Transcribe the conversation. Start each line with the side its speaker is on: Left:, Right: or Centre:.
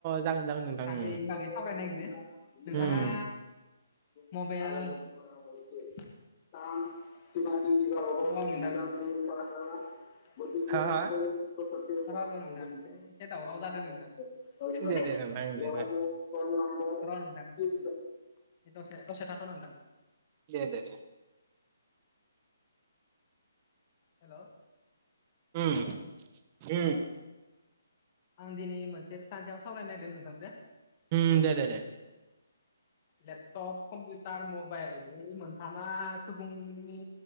Right: जागोन जागोन नोंथां
Left: सानै
Right: उम
Left: बागै सावरायनो नागिरदों नोथाङा
Right: उम
Left: मबाइल <unintelligible> <unintelligible>
Right: हा हा
Left: <unintelligible>
Right: दे दे नोंथां दे दे
Left: दसे दसे थाथ'र नोंथां
Right: दे दे दे
Left: हेल'
Right: उम
Left: हेल' औ
Right: उम
Left: आं दिनै मोनसे खान्थियाव सावरायनो नायगिरदों नोंथां दे
Right: उम दे दे दे
Left: लेपटप कम्पिउटार मबाइल बे मोनथामा सुबुंनि